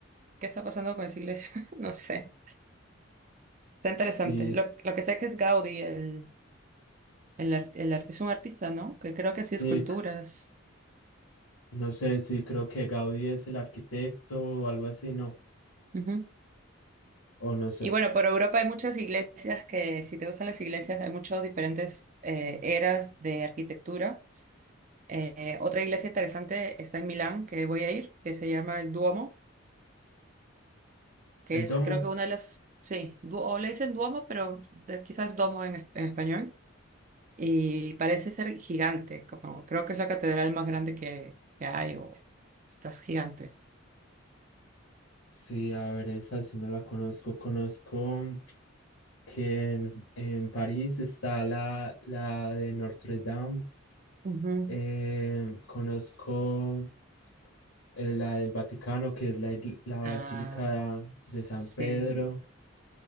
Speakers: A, on the right; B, on the left.
A: ¿qué está pasando con esa iglesia? <laughs> No sé. Está interesante.
B: Sí,
A: Lo, lo que sé que es Gaudí, el, el, art- el arti- es un artista, ¿no? Que creo que hacía
B: sí,
A: esculturas.
B: c- no sé, sí, creo que Gaudí es el arquitecto o algo así, no,
A: Ujú.
B: o no sé.
A: Y bueno, por Europa hay muchas iglesias que, si te gustan las iglesias, hay muchas diferentes eh, eras de arquitectura. Eh, otra iglesia interesante está en Milán, que voy a ir, que se llama el Duomo, que
B: El
A: es
B: Domo,
A: creo que una de las, sí, du- o le dicen Duomo, pero de- quizás Domo en, es- en español, y parece ser gigante, como, creo que es la catedral más grande que, que hay, o estás gigante.
B: sí, a ver, esa sí no la conozco. Conozco que en, en París está la, la de Notre Dame.
A: Ujú.
B: Eh, conozco. eh, la del Vaticano, que es la, il- la Basílica
A: Ah, sí.
B: de San Pedro.